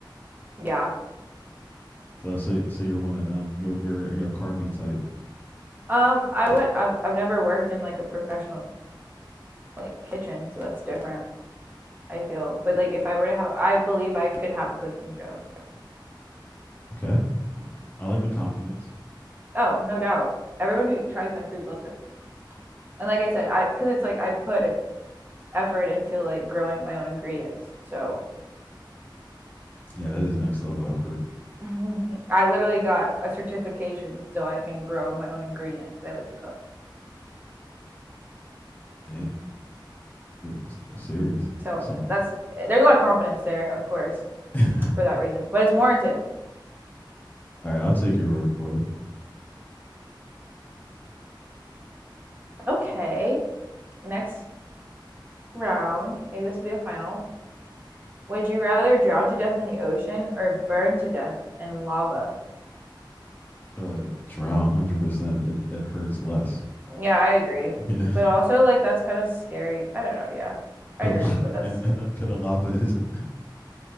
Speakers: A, on the right (about 25°); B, on the left (about 20°).
A: Yeah.
B: So so so you're one of them. You're you're you're a Carmi type.
A: Um, I would I've, I've never worked in like a professional like kitchen, so that's different, I feel. But like if I were to have I believe I could have a cooking show.
B: Okay, I like the confidence.
A: Oh, no doubt. Everyone who tries my food loves it. And like I said, I because it's like I put effort into like growing my own ingredients. So
B: Yeah, that is next level effort.
A: <laughs> I literally got a certification so I can grow my own ingredients because I like to cook.
B: Damn, it's serious.
A: So
B: That's something.
A: that's there's a lot of confidence there, of course,
B: <laughs> All
A: for that reason. But it's warranted.
B: right, I'll take your word for it.
A: Okay. Next round, maybe this will be our final. Would you rather drown to death in the ocean or burn to death in lava?
B: Uh, drown, one hundred percent. It it hurts less.
A: Yeah, I agree.
B: Yeah,
A: But also, like, that's kind of scary. I don't know. Yeah,
B: <laughs> but
A: I agree,
B: la-
A: but that's
B: and
A: scary.
B: and Pita lava isn't.